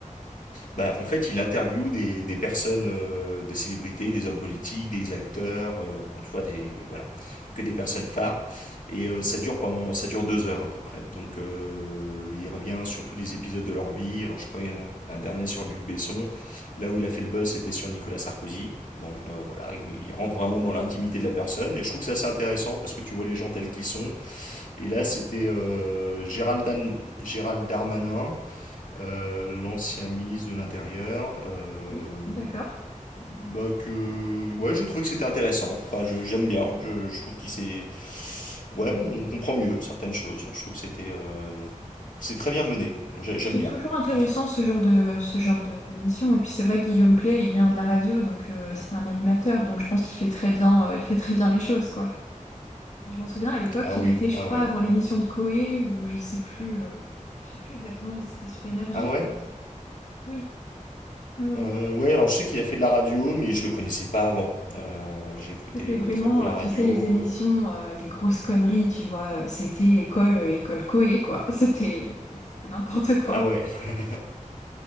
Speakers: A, on the left; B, on the left.
A: Bah, en fait, il interviewe des, des personnes, euh, des célébrités, des hommes politiques, des acteurs, euh, bon, tu vois, des, voilà, que des personnes phares. Et euh, ça dure pendant, ça dure deux heures à peu près. Donc, euh, il revient sur tous les épisodes de leur vie. Alors, je sais pas, il y en a un dernier sur Luc Besson. Là où il a fait le buzz, c'était sur Nicolas Sarkozy. Bon, euh, voilà, il rentre vraiment dans l'intimité de la personne. Et je trouve que ça, c'est intéressant parce que tu vois les gens tels qu'ils sont. Et là, c'était euh, Gérald, Dan- Gérald Darmanin euh, l'ancien ministre de l'Intérieur, euh,
B: Oui, d'accord.
A: bah que ouais, j'ai trouvé que c'était intéressant. Enfin, je- j'aime bien. Je, je trouve qu'il s'est, ouais, on comprend mieux certaines choses. Je trouve que c'était, euh, c'est très bien mené. J'ai- J'aime
B: C'est
A: bien.
B: toujours intéressant
A: Ouais.
B: ce genre de ce genre de d'émission. Et puis c'est vrai que Guillaume Play, il vient de la radio, donc euh, c'est un animateur, donc je pense qu'il fait très bien, euh, il fait très bien les choses, quoi. Et je m'en souviens à l'époque,
A: Ah
B: il
A: oui,
B: était, je
A: ouais,
B: crois,
A: ouais,
B: avant
A: ouais.
B: l'émission
A: ouais.
B: de Coé, ou je sais plus, euh, je sais plus exactement, je- c'était sur Énergie
A: Ah ouais?
B: peut-être. Oui, oui, oui.
A: Euh, ouais, alors je sais qu'il a fait de la radio, mais je le connaissais pas avant. Euh, j'écoutais
B: C'était
A: euh,
B: vraiment,
A: très peu la
B: euh,
A: radio.
B: tu sais, les émissions,
A: euh.
B: euh, les grosses conneries, tu vois. euh, C'était école, euh, école Coé, quoi. <laughs> C'était, c'était n'importe quoi.
A: Ah ouais. <laughs>